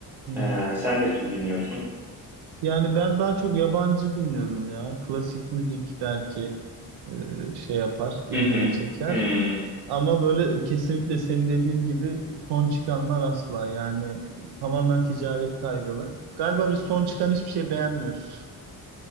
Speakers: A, on the right; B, in the centre.
A: Hı.
B: Eee, sen ne tür dinliyorsun?
A: Yani ben daha çok yabancı dinliyorum ya. Klasik müzik belki. e, şey yapar, ilgimi
B: Hı hı.
A: çeker.
B: Hı.
A: Ama böyle kesinlikle senin dediğin gibi son çıkanlar asla yani tamamen ticaret kaygılı. Galiba biz son çıkan hiçbir şey beğenmiyoruz.